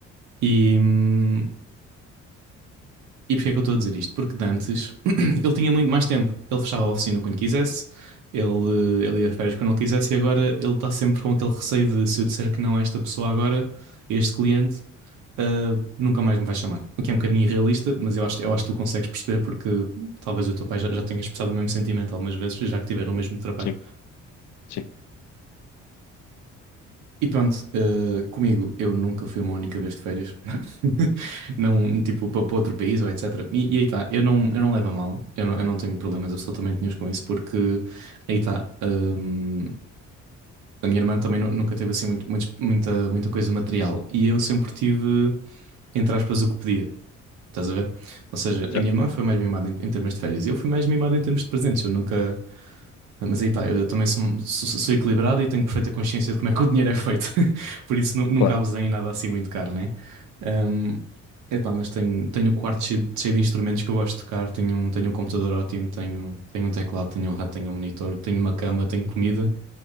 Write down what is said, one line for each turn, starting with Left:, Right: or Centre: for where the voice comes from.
Right: E, hum, e porquê é que eu estou a dizer isto? Porque de antes <clears throat> ele tinha muito mais tempo. Ele fechava a oficina quando quisesse, ele, eh, ele ia de férias quando ele quisesse, e agora ele está sempre com aquele receio de se eu disser que não a esta pessoa agora, a este cliente. ah, nunca mais me vai chamar. O que é um bocadinho irrealista, mas eu acho, eu acho que tu consegues perceber porque talvez o teu pai já, já tenha expressado o mesmo sentimento algumas vezes, já que tiveram o mesmo trabalho.
Left: Sim, sim,
Right: E pronto, eh, comigo eu nunca fui uma única vez de férias, <laughs> não, tipo, para outro país ou etc. E, e aí está, eu não, eu não levo a mal, eu não, eu não tenho problemas absolutamente nenhuns com isso, porque aí está, hum, a minha irmã também nu- nunca teve assim muito, muitos- muita, muita coisa material e eu sempre tive, entre aspas, o que pedia, estás a ver? Ou seja,
Left: certo.
Right: a minha irmã foi mais mimada em, em termos de férias e eu fui mais mimado em termos de presentes, eu nunca. Mas aí está, eu também sou, sou- sou equilibrado e tenho perfeita consciência de como é que o dinheiro é feito. <laughs> Por isso nu- nunca
Left: Claro.
Right: abusei em nada assim muito caro, né? Um, epá, mas tenho, tenho o quarto cheio, cheio de instrumentos que eu gosto de tocar. Tenho um, tenho um computador ótimo, tenho, tenho um teclado, tenho um rato, tenho um monitor, tenho uma cama, tenho comida.